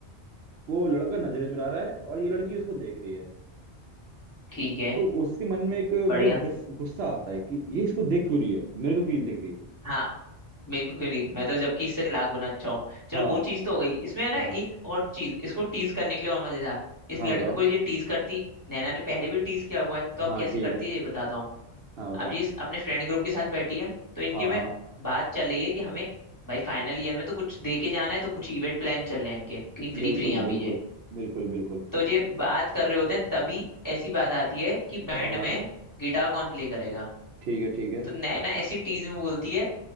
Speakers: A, on the right; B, on the left.
A: वो लड़का नजरें चुरा रहा है और ये लड़की उसको देख रही है
B: ठीक है
A: तो उसके मन में एक
B: बढ़िया
A: मतलब गुस, गुस्सा आता है कि ये इसको देख क्यों रही है मेरे को क्यों नहीं देख रही है
B: हाँ मेरे को क्यों नहीं मैं तो जबकि इससे लाख गुना अच्छा हूँ चलो
A: हाँ
B: वो चीज तो हो गई इसमें है ना
A: हाँ
B: एक और चीज इसको टीज करने के लिए और मजेदार इस
A: हाँ
B: लड़के
A: बताओ
B: को ये टीज करती नैना ने पहले भी टीज किया हुआ है
A: हाँ
B: तो अब कैसे
A: ठीक
B: करती
A: है
B: है ये बताता हूँ
A: हाँ बताओ
B: अब ये इस- अपने फ्रेंड ग्रुप के साथ बैठी है तो इनके
A: हाँ
B: में
A: हाँ
B: बात चल रही है कि हमें भाई फाइनल ईयर में तो कुछ दे के जाना है तो कुछ इवेंट प्लान चल रहे हैं इनके क्योंकि फ्री
A: बिल्कुल
B: फ्री हैं अभी
A: बिल्कुल
B: ये
A: बिल्कुल बिल्कुल
B: तो ये बात कर रहे होते हैं तभी ऐसी बात आती है कि बैंड
A: हाँ हाँ
B: में गिटार कौन प्ले करेगा
A: ठीक है ठीक है
B: तो नैना ऐसी टीज में बोलती है